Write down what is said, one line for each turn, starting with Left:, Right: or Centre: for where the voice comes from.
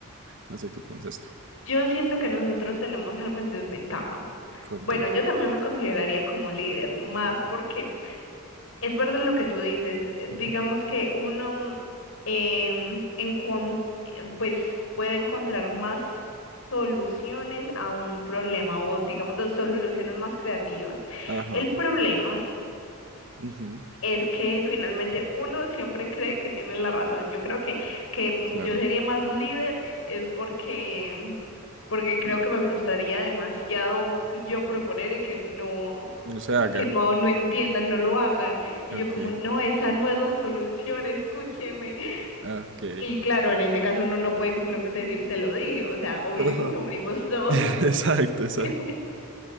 Right: No sé qué piensas tú.
Left: Yo siento que nosotros tenemos algo en desventaja.
Right: Contame.
Left: Bueno, yo también me consideraría como líder, más
Right: Ajá.
Left: porque es verdad lo que tú dices. eh, Digamos
Right: Ujú.
Left: que uno em, encon- eh, pues puede encontrar más soluciones a un problema o digamos dos soluciones más creativas.
Right: Ajá.
Left: El problema
Right: Ujú.
Left: es que finalmente uno siempre cree que tiene la razón. Yo creo que, que m-
Right: Claro.
Left: yo sería más líder es porque, mm, porque creo que me frustraría demasiado yo proponer y que no,
Right: No se haga.
Left: y que no, no entiendan, no lo hagan. Y
Right: Ok.
Left: yo como, no, esa no es la solución, escúcheme.
Right: ah, Ok.
Left: Y claro, en ese caso uno no puede simplemente decir, te lo dije, o sea, o vivimos
Right: Ajá.
Left: o morimos todos.
Right: <laughs>
Left: <laughs>
Right: Exacto, exacto.